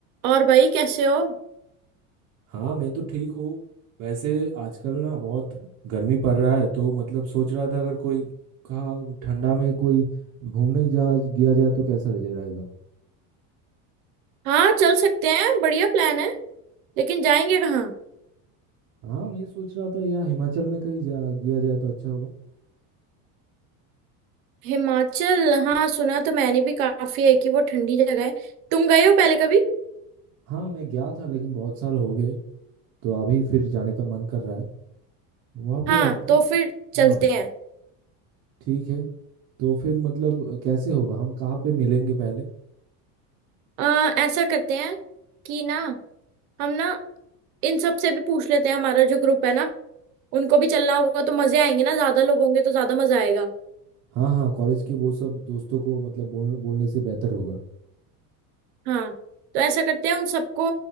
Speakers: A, on the right; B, on the right.
A: और भाई कैसे हो
B: हाँ मैं तो ठीक हूँ वैसे आजकल ना बहुत गर्मी पड़ रहा है तो मतलब सोच रहा था अगर कोई कहाँ ठंडा में कोई घूमने जा गया जाए तो कैसा रहे- रहेगा
A: हाँ चल सकते हैं बढ़िया प्लान है लेकिन जाएंगे कहाँ
B: हाँ मैं सोच रहा था या हिमाचल में कहीं जा गया जाए तो अच्छा होगा
A: हिमाचल हाँ सुना तो मैंने भी काफी है कि वो ठंडी जगह है तुम गए हो पहले कभी
B: हाँ मैं गया था लेकिन बहुत साल हो गए तो अभी फिर जाने का मन कर रहा है वहाँ
A: हाँ
B: पे अच्छे
A: तो
B: अच्छे
A: फिर चलते
B: हाँ
A: हैं
B: ठीक है तो फिर मतलब कैसे होगा हम कहाँ पे मिलेंगे पहले
A: आ, ऐसा करते हैं कि ना हम ना इन सब से भी पूछ लेते हैं हमारा जो ग्रुप है ना उनको भी चलना होगा तो मजे आएंगे ना ज्यादा लोग होंगे तो ज्यादा मजा आएगा
B: हाँ हाँ कॉलेज के वो सब दोस्तों को मतलब बोल बोलने से बेहतर होगा
A: हाँ तो ऐसा करते हैं उन सबको